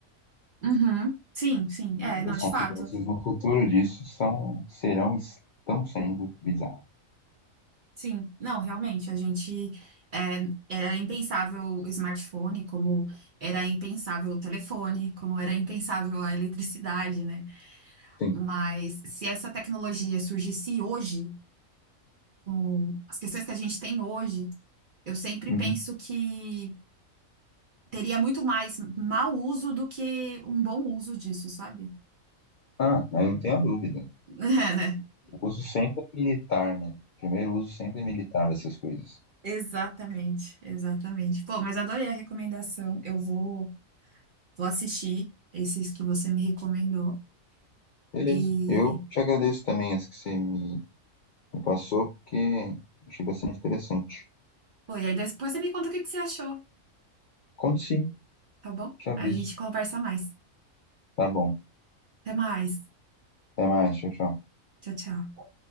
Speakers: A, on the right; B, on the left.
A: uhum, sim, sim, é, não,
B: E as
A: de
B: consequências
A: fato,
B: no futuro disso são, serão e estão sendo bizarras.
A: sim, não, realmente, a gente, é, era impensável o smartphone, como era impensável o telefone, como era impensável a eletricidade, né?
B: Sim.
A: Mas se essa tecnologia surgisse hoje, com as questões que a gente tem hoje, eu sempre
B: Uhum.
A: penso que teria muito mais mau uso do que um bom uso disso, sabe?
B: Ah, aí não tenho a dúvida.
A: <laughs> É, né?
B: O uso sempre é militar, né? Primeiro uso sempre é militar dessas coisas.
A: Exatamente, exatamente. Pô, mas adorei a recomendação. Eu vou, vou assistir esses que você me recomendou.
B: Beleza.
A: E,
B: Eu te agradeço também as que você me, me passou, porque achei bastante interessante.
A: pô, e aí depois você me conta o que que você achou,
B: Conto sim,
A: tá bom?
B: te aviso.
A: Aí a gente conversa mais.
B: Tá bom.
A: Até mais.
B: Até mais. Tchau, tchau.
A: Tchau, tchau.